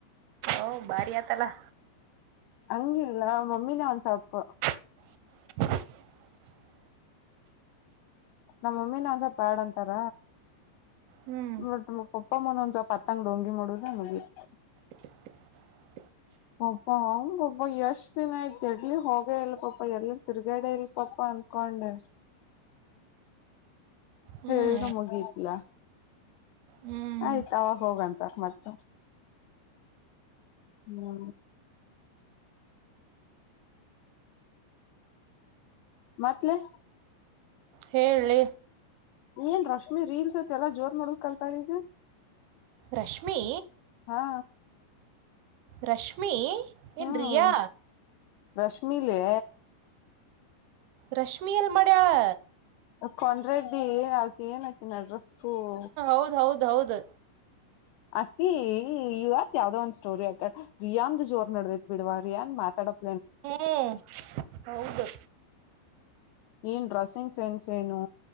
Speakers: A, on the right; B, on the left.
A: ಓ ಭಾರಿ ಆತಲ್ಲಾ.
B: ಹಂಗಿಲ್ಲ ಮಮ್ಮಿನ ಒಂದ್ ಸ್ವಲ್ಪು.
A: <inaudible>
B: ನಮ್ಮಮ್ಮಿನೆ ಒಂದ ಸ್ವಲ್ಪ ಆಡ್ ಅಂತಾರ.
A: ಹ್ಮ್
B: ಬಟ್ ಕೊಪ್ಪ ಮುಂದ್ ಒಂದ್ ಸ್ವಲ್ಪ ಹತ್ತಂಗ್ ಡೊಂಗಿ ಮಾಡುದ ಮುಗೀತು.
A: <inaudible>
B: ಪಪ ಅವ ಪಾಪ ಎಷ್ಟ್ ದಿನ ಆಯ್ತ್ ಎಡ್ಲಿ ಹೋಗೇ ಇಲ್ಲ ಪಾಪ ಎಲ್ಲಿ. ತಿರ್ಗಡೆ ಇಲ್ ಸ್ವಲ್ಪ ಅನ್ಕೊಂಡೆ.
A: ಹ್ಮ್
B: ಹೇಳಿದ್ರ ಮುಗಿತ್ಲ.
A: ಹ್ಮ್
B: ಆಯ್ತ್ ಅವಾಗ ಹೋಗಂತ ಅ ಮತ್. ಹ್ಮ್ ಮತ್ ಲೇ.
A: ಹೇಳ ಲೇ.
B: ಏನ್ ರಶ್ಮಿ ರೀಲ್ಸ್ ಅತ್ ಎಲ್ಲ ಜೋರ್ ಮಾಡೋದ್ ಕಾಲ್ತಾಳ ಈಗ.
A: ರಶ್ಮಿ.
B: ಹಾ
A: ರಶ್ಮಿ
B: ಹ್ಮ್
A: ಏನ್ ರಿಯಾ.
B: ರಶ್ಮಿಲೇ.
A: ರಶ್ಮಿಯಲ್ಲಿ ಮಾಡ್ಯಾಳ.
B: ಕೊಂಡ್ರೆಡ್ಡಿ ಏ ಆಕಿ ಏನ್ <unintelligible>
A: ಹೌದ ಹೌದ ಹೌದು.
B: ಅಕ್ಕಿ ಇವತ್ ಯಾವ್ದೋ ಒಂದ್ ಸ್ಟೋರಿ ಅಕ್ಯಾಳ ರಿಯಾಂದ ಜೋರ್ ನಡದತ್ ಬಿಡವಾ ರಿಯಾನ್ ಮಾತಾಡ ಆಪ್ಲೆ
A: ಹ್ಮ್ ಹೌದು
B: ಏನ್ ಡ್ರೆಸ್ಸಿಂಗ್ ಸೆನ್ಸ್ ಏನು